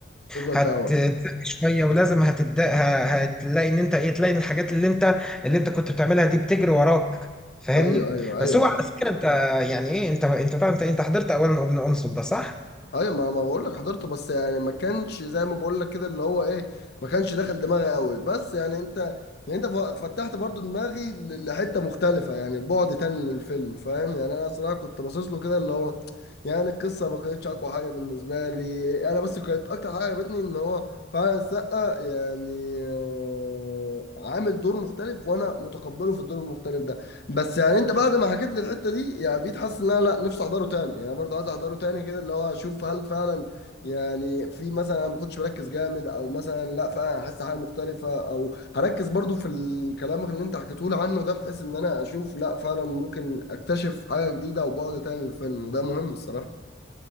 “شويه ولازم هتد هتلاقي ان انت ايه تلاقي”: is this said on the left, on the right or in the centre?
Centre